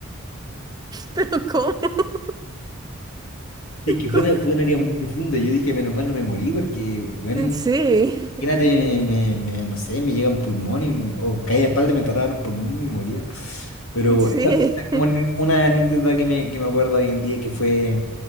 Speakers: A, on the right; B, on the left.
A: pero ¿cómo? <laughs>
B: Es que fue
A: ¿Cómo?
B: una, fue una herida muy profunda. Yo dije, menos mal no me morí porque, bueno,
A: Sí,
B: imagínate, me, me- no sé, me llega un pulmón y m- o caí de espalda, me enterraron un pulmón y me moría. Pero
A: sí,
B: esta, esta es como una una anécdota que me, que me acuerdo hoy en día que fue,